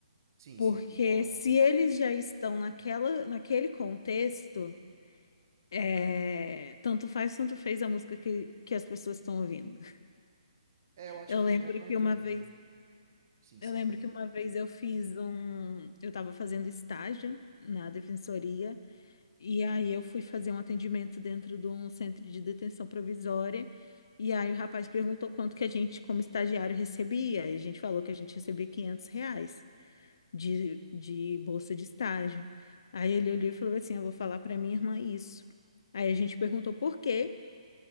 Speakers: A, on the right; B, on the left.
A: Sim,
B: Porque
A: sim, eu concordo.
B: se eles já estão naquela, naquele contexto É, tanto faz, tanto fez a música que, que as pessoas estão ouvindo.
A: É, eu acho
B: Eu
A: que
B: lembro
A: é, eu
B: que
A: entendi.
B: uma vez,
A: Sim,
B: eu
A: sim,
B: lembro
A: diga.
B: que uma vez eu fiz um, eu estava fazendo estágio na defensoria e aí eu fui fazer um atendimento dentro de um centro de detenção provisória e aí o rapaz perguntou quanto que a gente, como estagiário, recebia e a gente falou que a gente recebia 500 reais de, de bolsa de estágio. Aí ele olhou e falou assim, eu vou falar para minha irmã isso. Aí a gente perguntou por quê?